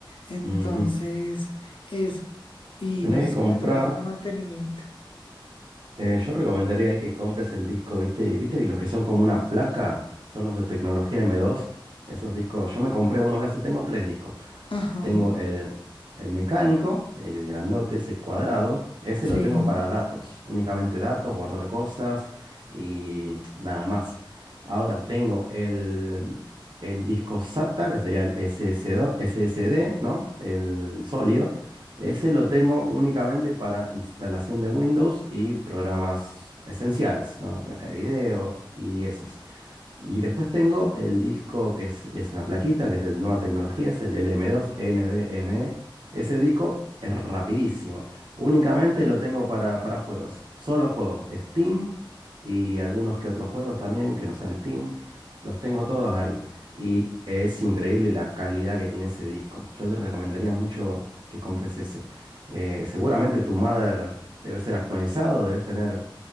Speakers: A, on the left; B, on the right.
A: Entonces,
B: ujú.
A: es... Y
B: Tenés
A: pues
B: que
A: es que
B: comprar.
A: me toca hacerle mantenimiento.
B: eh, yo recomendaría ahí que compres el disco, ¿viste? ¿Viste? Y los que son como una placa son los de tecnología M2. Esos discos. Yo me compré uno de esos. Tengo tres discos.
A: Ajá,
B: Tengo el, el mecánico, el grandote, ese cuadrado. Ese
A: sí.
B: lo tengo para datos, únicamente datos, guardar cosas y nada más. Ahora tengo el, el disco SATA, que sería el SSD, SSD, ¿no? El sólido. Ese lo tengo únicamente para instalación de Windows y programas esenciales, ¿no? Placa de video y eso. Y después tengo el disco que es, es una plaquita, que es de nueva tecnología, es el LM2 NVMe. Ese disco es rapidísimo. Únicamente lo tengo para, para juegos. Solo juegos. Steam y algunos que otros juegos también que no sean Steam. Los tengo todos ahí. Y es increíble la calidad que tiene ese disco. Yo te recomendaría mucho que compres ese. Eh, seguramente tu mother debe ser actualizado, debes tener